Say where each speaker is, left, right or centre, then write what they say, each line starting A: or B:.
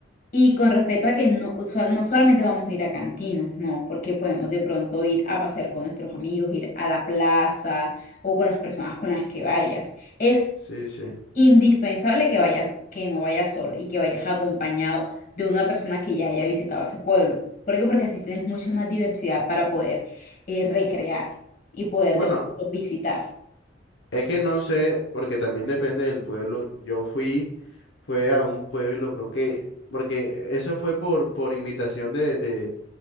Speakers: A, on the left (about 50°); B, on the left (about 80°).
A: Y con respecto a que no, sol- no solamente vamos a ir a cantinas, no, porque podemos de pronto ir a pasear con nuestros amigos, ir a la plaza o con las personas con las que vayas. Es
B: sí, sí.
A: indispensable que vayas, que no vayas solo y que vayas acompañado de una persona que ya haya visitado ese pueblo. ¿Por qué? Porque así tienes mucha más diversidad para poder eh, recrear y poder
B: Bueno.
A: de pronto visitar.
B: Es que no sé, porque también depende del pueblo. Yo fui, fue a un pueblo, creo que, porque eso fue por, por invitación de, de,